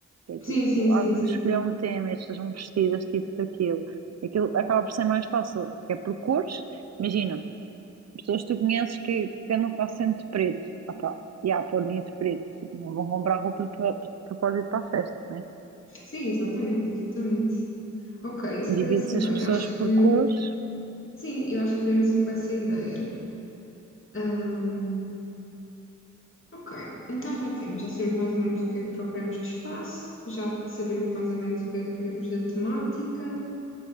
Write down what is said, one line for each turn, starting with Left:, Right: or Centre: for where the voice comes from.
Right: que é
Left: Sim,
Right: tipo,
Left: sim, sim,
Right: ah, vamos
Left: sim.
Right: escolher um tema e as pessoas vão vestidas tipo daquilo. Aquilo acaba por ser mais fácil, porque é por cores, imagina, pessoas que tu conheces que, que andam quase sempre de preto, ah pá, já, podem ir de preto, tipo, não vão comprar roupa de pro- de propósito para a festa, né?
Left: Sim, exatamente, exatamente. Ok, isso
Right: Divide-se
Left: parece-me
Right: as
Left: bem.
Right: pessoas
Left: Acho
Right: por
Left: que,
Right: cores,
Left: sim, eu acho que podemos ir com essa ideia. Hum, ok, então já temos, já sabemos mais ou menos o que é que procuramos de espaço, já sabemos mais ou menos o que é que queremos da temática